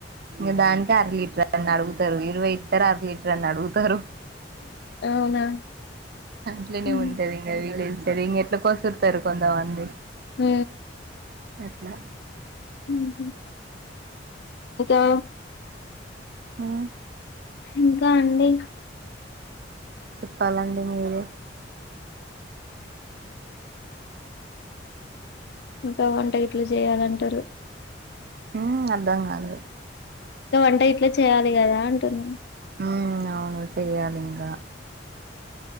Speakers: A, on the right (about 55°); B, on the left (about 65°).
A: ఇగ దానికే అర లీటర్ అని అడుగుతారు ఇరవై ఇస్తరు అర లీటర్ అని అడుగుతరు.
B: అవునా
A: అట్లనే
B: ఉమ్
A: ఉంటది ఇంక వీలది సరింగా ఎట్ల కొసురుతరు కొంతమంది
B: ఊ
A: అట్లా
B: ఊహు ఇంకా
A: ఉమ్
B: ఇంకా అండి
A: చెప్పాలండి మీరే
B: ఇంకా వంట గిట్ల చేయాలంటరు
A: ఊ అర్థం కాలే
B: గ వంట ఇట్లా చేయ్యాలి కదా అంటున్నా
A: ఊ అవును చేయలింగ